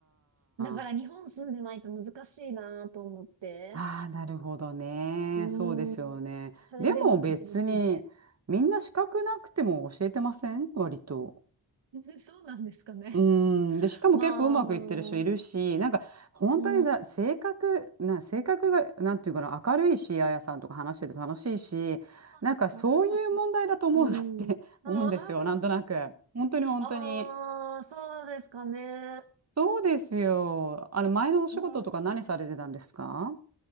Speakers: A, on the right; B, on the right.
A: だから日本住んでないと難しいなと思って。
B: あ。ああ、なるほどね。
A: う
B: そうですよね。
A: ーん。それでなんか自力で。
B: でも別にみんな資格なくても教えてません割と。
A: <laughs> そうなんですかね。
B: うーん、で、しかも結構うまくいってる人いるし、
A: まあ、うん。
B: なんか本当にさ、
A: そ
B: 性格、な、性格が、なんていうかな、明るいし、あやさんとか話してて楽しいし、
A: うですか。
B: なんかそういう問題だと思う
A: よかった。う
B: <laughs> なって
A: ん。
B: <laughs>
A: あー
B: 思うんですよ、なんとなく。本当に本当に。
A: <laughs> あー、あそうですかね。
B: そうですよ。あの、前のお仕事とか何されてたんですか
A: うん。